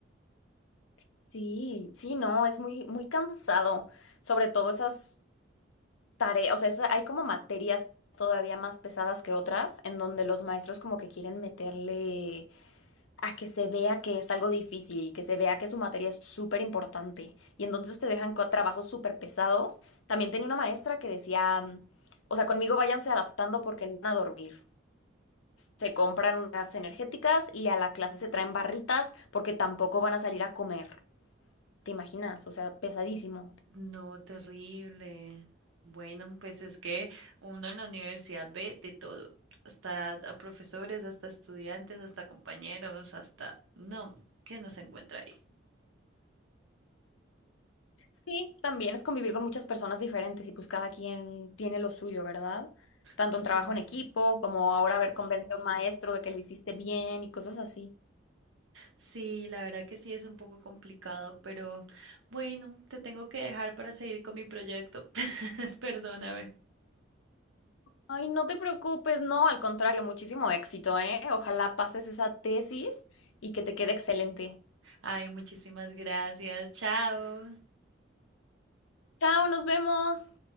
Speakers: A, on the left; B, on the right.
A: Sí, sí, no, es muy, muy cansado, sobre todo esas tareas, o sea, esa- hay como materias todavía más pesadas que otras en donde los maestros como que quieren meterle a que se vea que es algo difícil, que se vea que su materia es súper importante y entonces te dejan co- trabajos súper pesados. También tenía una maestra que decía, mm, o sea, conmigo váyanse adaptando porque no van a dormir. Se compran unas energéticas y a la clase se traen barritas porque tampoco van a salir a comer. ¿Te imaginas? O sea, pesadísimo.
B: No, terrible. Bueno, pues es que uno en la universidad ve de todo, hasta a profesores, hasta estudiantes, hasta compañeros, hasta... No, que no se encuentra ahí.
A: Sí, también es convivir con muchas personas diferentes y pues cada quien tiene lo suyo, ¿verdad? Tanto
B: Sí,
A: en trabajo en
B: sí,
A: equipo como ahora ver convence a un maestro de que lo hiciste bien y cosas así.
B: Sí, la verdad que sí es un poco complicado, pero bueno, te tengo que dejar para seguir con mi proyecto. <laughs> Perdóname.
A: Ay, no te preocupes, no, al contrario, muchísimo éxito, ¿eh? Ojalá pases esa tesis y que te quede excelente.
B: Ay, muchísimas gracias. Chao.
A: Chao, nos vemos.